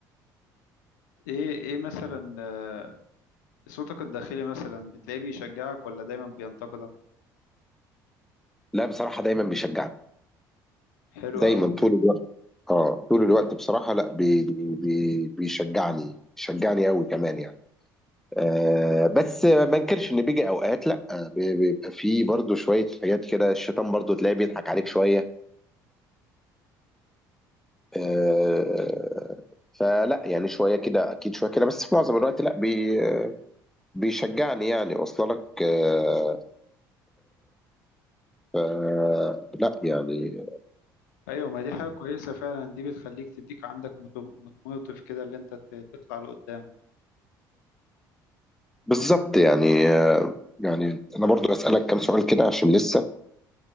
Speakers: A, on the left; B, in the centre.
A: إيه إيه مثلا آه، صوتك الداخلي مثلا بتلاقيه بيشجعك ولا دايما بينتقدك
B: لا بصراحة دايما بيشجعني
A: حلو
B: دايما
A: أوي
B: طول الوقت اه طول الوقت بصراحة لا بي بي بي بيشجعني بيشجعني قوي كمان يعني آه بس ما انكرش ان بيجي اوقات لا آه، بي- بيبقى فيه برضو شوية حاجات كده الشيطان برضو تلاقيه بيضحك عليك شوية آه فلا يعني شوية كده اكيد شوية كده بس في معظم الوقت لا بي بيشجعني يعني واصله لك آه ف- لا يعني
A: أيوة ما دي حاجة كويسة فعلا دي بتخليك تديك عندك موتو- موتيف كده اللي أنت ت- تطلع لقدام
B: بالظبط يعني آه، يعني انا برضو اسالك كام سؤال كده عشان لسه